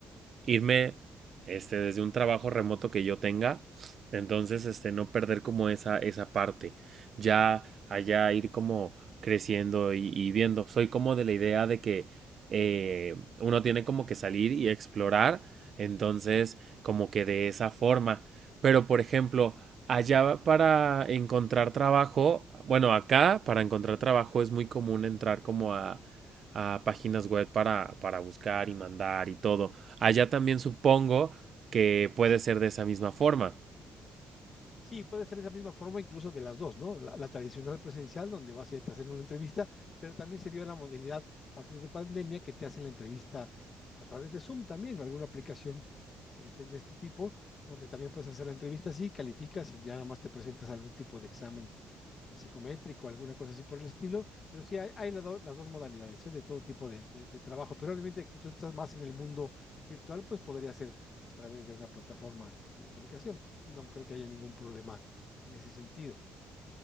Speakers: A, on the right (about 55°); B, on the left (about 45°).
A: irme este, desde un trabajo remoto que yo tenga. Entonces, este, no perder como esa, esa parte. Ya allá ir como creciendo y, y viendo. Soy como de la idea de que eh, uno tiene como que salir y explorar. Entonces, como que de esa forma. Pero, por ejemplo, allá para encontrar trabajo, bueno, acá para encontrar trabajo es muy común entrar como a, a páginas web para, para buscar y mandar y todo. Allá también supongo que puede ser de esa misma forma.
B: Sí, puede ser esa misma forma incluso de las dos, ¿no? La, la tradicional presencial, donde vas y te hacen una entrevista, pero también se dio la modalidad a partir de pandemia que te hacen la entrevista a través de Zoom también, o alguna aplicación este, de este tipo, donde también puedes hacer la entrevista así, calificas y ya nada más te presentas a algún tipo de examen psicométrico, alguna cosa así por el estilo, pero sí hay, hay la do, las dos modalidades ¿eh? de todo tipo de, de, de, trabajo, pero obviamente que tú estás más en el mundo virtual, pues podría ser a través de una plataforma de comunicación. No creo que haya ningún problema en ese sentido.